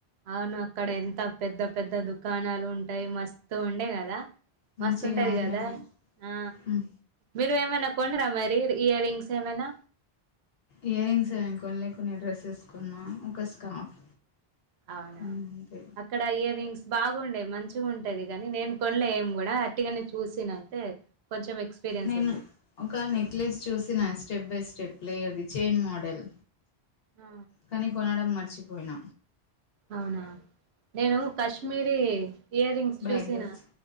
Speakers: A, on the right (about 80°); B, on the left (about 70°).
A: అవును అక్కడ ఎంత పెద్ద, పెద్ద దుకాణాలు ఉంటాయి. మస్తు ఉండే కదా.
B: మంచిగా
A: మస్తుంటది
B: ఉండే
A: కదా ఆ
B: హ్మ్.
A: మీరు ఏమనా కొనరా మరి. ఇయర్ రింగ్స్ ఏవైనా
B: ఇయర్ రింగ్స్ ఏం కొనలే. కొన్ని డ్రెస్సెస్ కొన్నా. ఒక స్కార్ఫ్.
A: అవునా
B: కొన్నా అంతే
A: అక్కడ ఇయర్ రింగ్స్ బాగుండేయి మంచిగా ఉం అది కాని నేను కొనలే ఏం కూడా అట్టిగానే చూసిన అయితే కొంచెం ఎక్స్పీరియన్స్
B: నేను
A: ఉంది
B: ఒక నెక్లెస్ చూసిన స్టెప్ బై స్టెప్ లేదు చైన్ మోడల్
A: ఆ!
B: కానీ కొనడం మట్ చ్చిపోయిన
A: అవునా నేను కాశ్మీరీ ఇయర్ రింగ్స్ చూసిన
B: బ్యాంగిల్స్